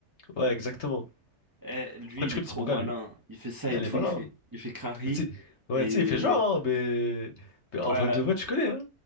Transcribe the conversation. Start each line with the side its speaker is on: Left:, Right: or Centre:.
Left: Ouais, exactement.
Right: Eh, lui,
Left: Après, tu
Right: il est
Left: connais,
Right: trop
Left: c'est mon gars
Right: malin.
Left: lui.
Right: Il fait ça
Left: Ah,
Right: et
Left: il
Right: tout,
Left: est malin.
Right: il fait,
Left: hein.
Right: il fait crari.
Left: Tu sais- Ouais,
Right: Et...
Left: tu sais, il fait genre, hein, mais... mais en
Right: Ouais,
Left: vrai de vrai, tu connais, hein.